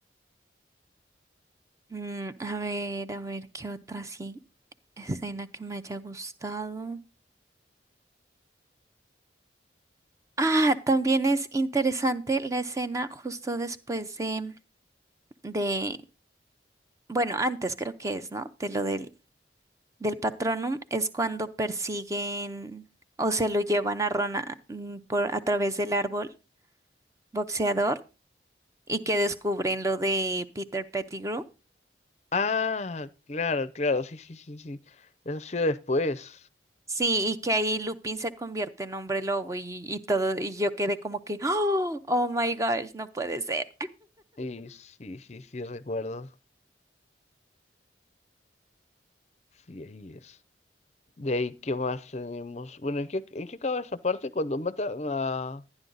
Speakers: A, on the right (about 15°); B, on the left (about 35°).
A: Mm, a ver, a ver, ¿qué otra sí escena que me haya gustado? Ah, también es interesante la escena justo después de, de, bueno, antes creo que es, ¿no? De lo del, del Patronum, es cuando persiguen o se lo llevan a Rona mm, por, a través del árbol boxeador y que descubren lo de Peter Pettigrew.
B: Ah, claro, claro, sí, sí, sí, sí. Eso ha sido después.
A: Sí, y que ahí Lupin se convierte en hombre lobo y, y todo, y yo quedé como que, oh, oh my gosh, no puede ser.
B: Y sí, sí, sí, recuerdo. Sí, ahí es. De ahí, ¿qué más tenemos? Bueno, ¿en qué, en qué acaba esa parte cuando matan a...